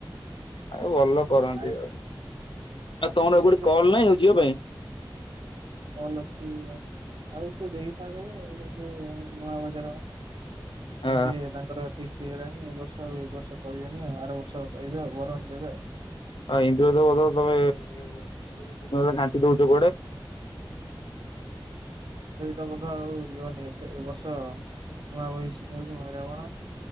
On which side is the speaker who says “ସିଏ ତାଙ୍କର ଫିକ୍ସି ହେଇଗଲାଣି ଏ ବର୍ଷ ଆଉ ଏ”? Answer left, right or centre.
Right